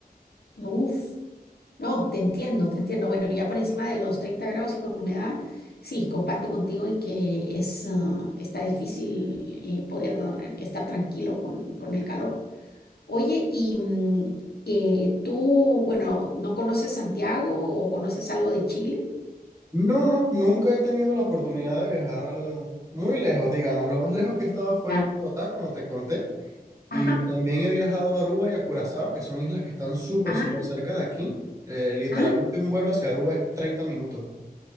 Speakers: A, on the left; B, on the right.
A: Uf, no, te entiendo, te entiendo. Bueno, ya por encima de los 30 grados y con humedad, sí, comparto contigo en que es, ah, está difícil eh, poder eh, estar tranquilo con, con el calor. Oye, y mm, eh, tú, bueno, ¿no conoces Santiago o conoces algo de Chile?
B: No, no, nunca he tenido la oportunidad de viajar al- muy lejos, digamos. Lo más lejos que he estado fue
A: Ya.
B: en Bogotá, como te conté, y
A: Ajá.
B: también he viajado a Aruba y a Curazao, que son islas que están súper,
A: Ah,
B: súper cerca de aquí. Eh, literalmente
A: ah,
B: un vuelo hacia Aruba es 30 minutos.